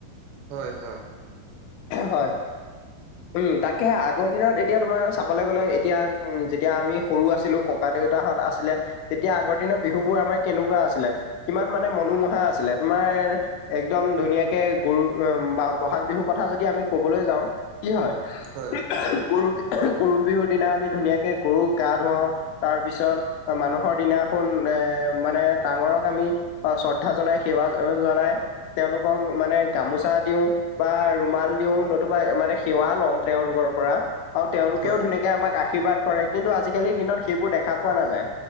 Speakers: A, on the right (about 80°); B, on the left (about 80°).
A: হয়, হয়।
B: হয়। উম, তাকেহে আগৰ দিনত এতিয়া তোমাৰ চাবলৈ গ'লে এতিয়া উম যে তেতিয়া আমি সৰু আছিলোঁ‌, ককা দেউতাহঁত আছিলে, তেতিয়া আগৰ দিনৰ বিহু বোৰ আমাৰ কেনেকুৱা আছিলে? কিমান মানে মনোমোহা আছিলে? তোমাৰ একদম ধুনীয়াকে গৰু বা বহাগ বিহুৰ কথা যদি আমি কবলৈ যাওঁ। কি হয়, গৰু
A: হয়
B: বিহু গৰু বিহু দিনা আমি ধুনীয়াকে গৰুক গা-ধুৱাও। তাৰ পিছত মানুহৰ দিনাখন এ মানে ডাঙৰক আমি অ' শ্ৰদ্ধা জনাই সেৱা জনাই তেওঁলোকক মানে গামোচা দিওঁ। বা ৰুমাল দিও নতুবা মানে সেৱা লওঁ তেওঁওলোকৰ পৰা। আৰু তেওঁলোকেও
A: হয়
B: ধুনীয়াকে আমাক আশীৰ্বাদ কৰে, কিন্তু আজিকালিৰ দিনত সেইবোৰ দেখা পোৱা নাযায়।